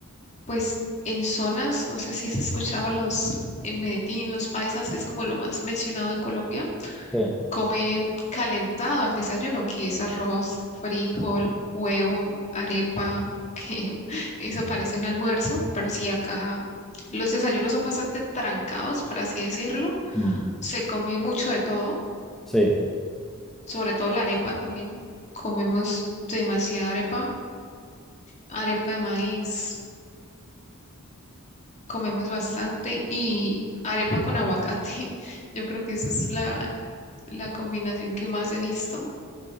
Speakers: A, on the left (about 30°); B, in the centre.
A: pues en zonas, no sé si has escuchado los, en Medellín, los paisas, que es como lo más mencionado de Colombia
B: sí,
A: comen calentado el desayuno, que es arroz, frijol, huevo, arepa, que <laughs> eso parece un almuerzo, pero sí acá los desayunos son bastante trancados, por así decirlo.
B: mm,
A: Se come mucho de todo,
B: sí.
A: sobre todo la arepa también. Comemos demasiada arepa, arepa de maíz, comemos bastante y arepa con aguacate. <laughs> Yo creo que esa es la, la combinación que más he visto.